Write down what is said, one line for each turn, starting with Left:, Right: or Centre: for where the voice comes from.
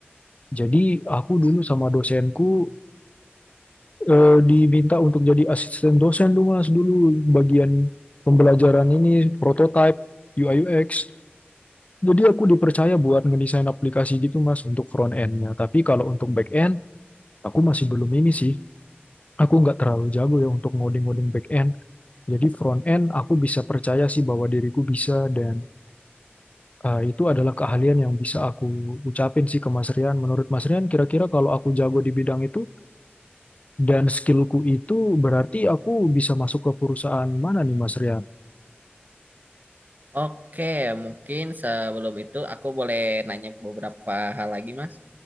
Left: Jadi aku dulu sama dosenku eh, diminta untuk jadi asisten dosen dulu mas dulu bagian pembelajaran ini prototype UI UX. Jadi aku dipercaya buat ngedesain aplikasi gitu mas untuk front endnya. Tapi kalau untuk back end aku masih belum ini sih. Aku nggak terlalu jago ya untuk ngoding-ngoding back end. Jadi front end aku bisa percaya sih bahwa diriku bisa dan eh, itu adalah keahlian yang bisa aku ucapin sih ke Mas Rian. Menurut Mas Rian kira-kira kalau aku jago di bidang itu Dan skillku itu berarti aku bisa masuk ke perusahaan mana nih Mas Rian?
Right: Oke, mungkin sebelum itu aku boleh nanya beberapa hal lagi, Mas.